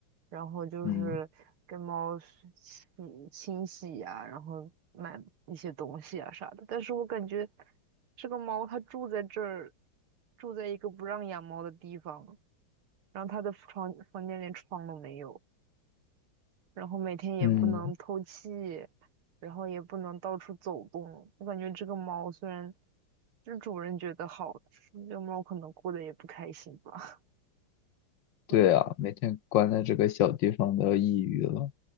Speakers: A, on the right (about 80°); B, on the left (about 65°).
A: 然后就是跟猫是洗清洗呀、
B: 嗯
A: 然后买一些东西啊啥的。但是我感觉这个猫它住在这儿，住在一个不让养猫的地方。然后他的床房间连窗都没有，然后每天也不能透气，
B: 嗯，
A: 然后也不能到处走动。我感觉这个猫虽然就是主人觉得好，这个猫可能过得也不开心吧。<laughs> 对的，
B: 对啊，每天关在这个小地方都要抑郁了。